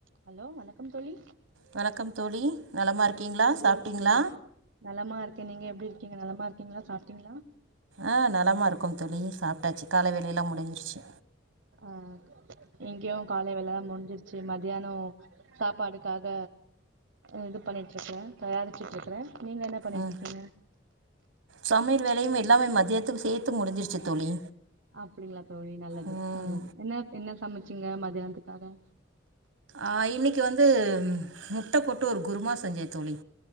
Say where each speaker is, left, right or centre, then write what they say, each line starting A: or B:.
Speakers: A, on the right (about 65°); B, on the right (about 85°).
A: ஹலோ வணக்கம் தோழி
B: வணக்கம் தோழி நலமா இருக்கீங்ளா
A: என்ன தோழி
B: சாப்ட்டீங்ளா
A: நலம் நலமா இருக்கே நீங்க எப்டி இருக்கீங்க நலமா இருக்கீங்ளா சாப்ட்டீங்ளா
B: ஆ நலமா இருக்கோம் தோழி சாப்ட்டாச்சு கால வேலயெல்லா முடிஞ்சிச்சி
A: ஆ இங்யு காலை வேலல்லா முடிஞ்சிச்சி மதியானோ சாப்பாடுக்காக அ இது பண்ணிட்ருக்றே தயாரிச்சுட்டுருக்றே நீங்க என்ன பண்ணிட்டு
B: ம்
A: இருக்கீங்க
B: சமையல் வேலயு எல்லாமே மதியத்துக்கு சேத்து முடிஞ்சிருச்சு தோழி
A: அப்படிங்ளா தோழி நல்லது
B: ம்
A: நல்லது என்ன என்ன சமச்சிங்க மதியானத்துக்காக
B: ஆ இன்னைக்கு வந்து முட்ட போட்டு ஒரு குருமா செஞ்சே தோழி